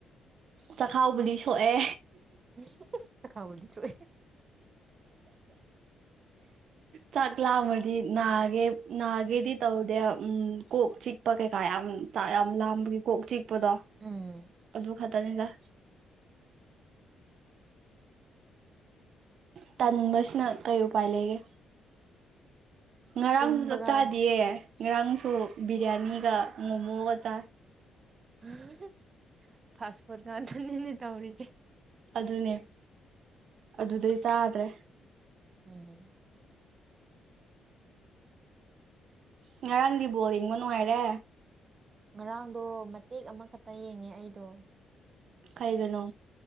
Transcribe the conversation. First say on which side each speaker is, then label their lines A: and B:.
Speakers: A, on the right; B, on the right.
A: ꯆꯈꯥꯎꯕꯨꯗꯤ ꯁꯣꯛꯑꯦ
B: ꯎ ꯆꯈꯥꯎꯕꯗꯤ ꯁꯣꯛꯑꯦ
A: ꯆꯥꯛ ꯂꯥꯝꯃꯗꯤ ꯅꯥꯒꯦ ꯅꯥꯒꯦꯗꯤ ꯇꯧꯗꯦ ꯎ ꯀꯣꯛ ꯆꯤꯛꯄ ꯀꯩꯀꯥ ꯌꯥꯝ ꯌꯥꯝ ꯂꯥꯝꯕꯒꯤ ꯀꯣꯛ ꯆꯤꯛ ꯗꯣ
B: ꯎꯝ
A: ꯑꯗꯨ ꯈ ꯇꯅꯤꯒ ꯇꯥ <inaudible> ꯇꯥꯟꯕꯁꯅ ꯀꯩ ꯎꯄꯥꯏ ꯂꯩꯒꯦ ꯉꯔꯥꯡꯁꯨ
B: ꯇꯨꯝꯕꯒ
A: ꯆꯥꯛꯇꯥꯗꯤꯌꯦ ꯉꯥꯔꯥꯡꯁꯨ ꯕꯤꯔꯌꯥꯅꯤꯒ ꯃꯣꯃꯣꯒ ꯆꯥ
B: ꯎꯝ ꯐꯥꯥꯁ ꯐꯣꯔꯠꯒꯥꯟ ꯅꯦꯅꯦ ꯇꯧꯔꯤꯁꯤꯦ
A: ꯑꯗꯨꯅꯦ ꯑꯗꯨꯗꯩ ꯇꯥꯗ꯭ꯔꯦ
B: ꯎꯝ
A: ꯉꯔꯥꯡꯗꯤ ꯕꯣꯜ ꯌꯦꯡꯕ ꯅꯨꯡꯉꯥꯏꯔꯦ
B: ꯉꯔꯥꯡꯗꯣ ꯃꯇꯦꯛ ꯑꯃꯈꯛꯇ ꯌꯦꯡꯉꯦ ꯑꯩꯗꯣ
A: ꯀꯩꯒꯣ